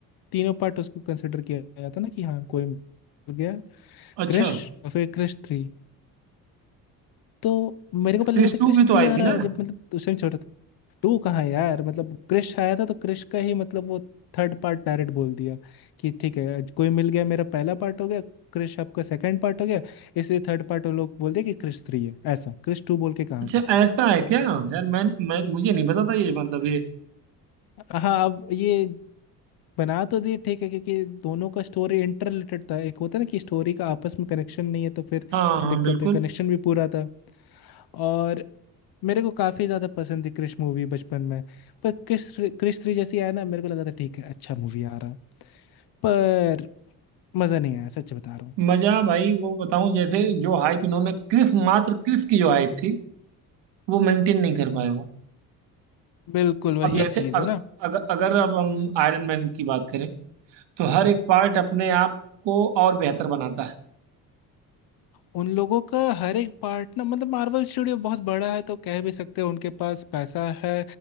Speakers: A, on the left (about 55°); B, on the right (about 65°).
A: तीनों पार्ट उसको कंसिडर किया गया था ना कि हाँ कोई मिल गया
B: अच्छा
A: क्रश और फिर क्रश थ्री तो मेरे को
B: क्रिश
A: पता लगा था
B: टू
A: क्रश
B: भी तो
A: थ्री
B: आई
A: आ
B: थी
A: रहा
B: ना
A: है जब मतलब उस टाइम छोटा था टू कहाँ है यार मतलब क्रश आया था तो क्रश का ही मतलब वो थर्ड पार्ट डायरेक्ट बोल दिया कि ठीक है आज कोई मिल गया मेरा पहला पार्ट हो गया क्रश आपका सेकंड पार्ट हो गया इसलिए थर्ड पार्ट वो लोग बोल दिया कि क्रश थ्री है ऐसा क्रश टू बोल के कहाँ
B: अच्छा
A: घुसता
B: ऐसा है क्या यार मैं मैं मुझे नहीं पता था ये मतलब ये
A: हाँ अब ये बना तो दिए ठीक है क्योंकि दोनों का स्टोरी इंटर रिलेटेड था एक होता है ना कि स्टोरी का आपस में कनेक्शन नहीं है तो फिर
B: हाँ हाँ
A: दिक्कत
B: बिल्कुल
A: है कनेक्शन भी पूरा था और मेरे को काफी ज्यादा पसंद थी क्रिश मूवी बचपन में पर क्रिश क्रिश थ्री जैसी आया ना मेरे को लगा था ठीक है अच्छा मूवी आ रहा पर मजा नहीं आया सच बता रहा हूँ
B: मजा भाई वो बताऊं जैसे जो हाइप इन्होंने क्रिस मात्र क्रिस की जो हाइप थी वो मेंटेन नहीं कर पाए वो
A: बिल्कुल वही
B: अब जैसे
A: चीज
B: अग,
A: है ना
B: अगर अगर अब हम आयरन मैन की बात करें तो हर एक पार्ट अपने आप को और बेहतर बनाता है
A: उन लोगों का हर एक पार्ट ना मतलब मार्वल स्टूडियो बहुत बड़ा है तो कह भी सकते हैं उनके पास पैसा है